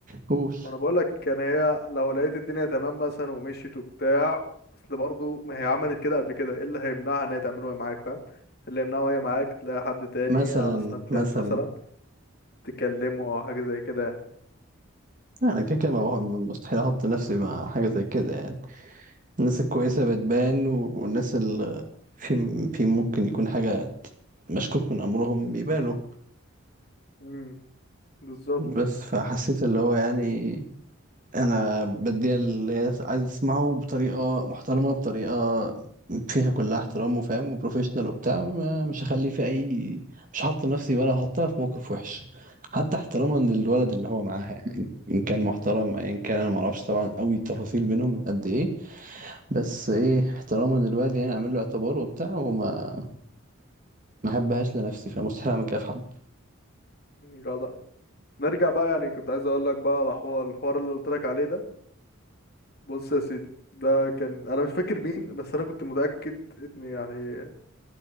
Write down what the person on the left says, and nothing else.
ما انا بقولك كان هي لو لقيت الدنيا تمام مثلا ومشيت وبتاع اصل برضه ما هي عملت كده قبل كده ايه اللي هيمنعها ان هي تعمله وهي معاك فاهم إيه اللي يمنعه وهي معاك تلاقي حد تاني
على سناب
شات مثلا تكلمه او حاجه زي كده يعني
امم بالظبط
جدع نرجع بقى يعني كنت عايز اقول لك بقى على حوار- الحوار اللي قلت لك عليه ده بص يا سيدي ده كان انا مش فاكر مين بس انا كنت متاكد ان يعني